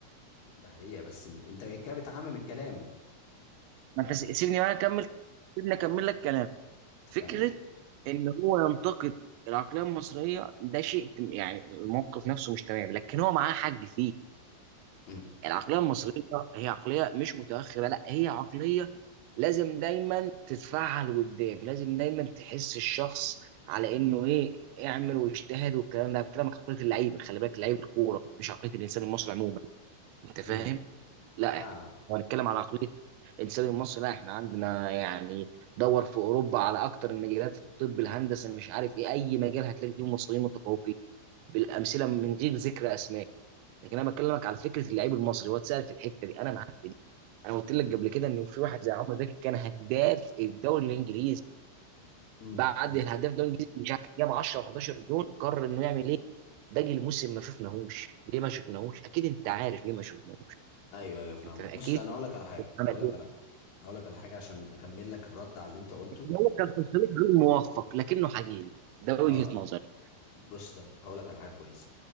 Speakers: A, on the left (about 55°); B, on the right (about 85°).
A: ده حقيقه بس م- انت كده بتعمم الكلام
B: ما
A: يعني
B: انت س- سيبني بقى اكمل سيبني اكمل لك كلام
A: تكمل
B: فكره ان هو ينتقد العقليه المصريه ده شيء تم- يعني الموقف نفسه مش تمام لكن هو معاه حق فيه
A: امم
B: العقليه المصريه هي عقليه مش متاخره لا هي عقليه لازم دايما تتفعل قدام لازم دايما تحس الشخص على انه ايه اعمل واجتهد والكلام ده الكلام عقليه اللعيبه خلي بالك لعيبه الكوره مش عقليه الانسان المصري عموما انت فاهم
A: امم
B: لا
A: فاهمه
B: احنا هنتكلم على عقليه الانسان المصري لا احنا عندنا يعني دور في اوروبا على اكتر المجالات في الطب الهندسه مش عارف ايه اي مجال هتلاقي فيه مصريين متفوقين بالامثله من غير ذكر اسماء لكن انا بكلمك على فكره اللعيب المصري هو اتسال في الحته دي انا معاك في انا قلت لك
A: امم
B: قبل كده ان في واحد زي عمرو زكي كان هداف الدوري الانجليزي
A: امم
B: بعد
A: امم.
B: الهداف الدوري الانجليزي مش عارف جاب 10 و11 جون قرر انه يعمل ايه باقي الموسم ما شفناهوش ليه ما شفناهوش اكيد انت عارف ليه ما شفناهوش
A: <laughs> ايوه ايوه فاهمه
B: انت اكيد
A: بص انا هقول لك على حاجه
B: عمل
A: هقول لك
B: ايه
A: على حاجه هقول لك على حاجه عشان اكمل لك الرد على اللي انت قلته
B: لكن هو كان تصريح غير موفق لكنه حقيقي ده
A: اه
B: وجهة نظري
A: بص طيب هقول لك على حاجه كويسه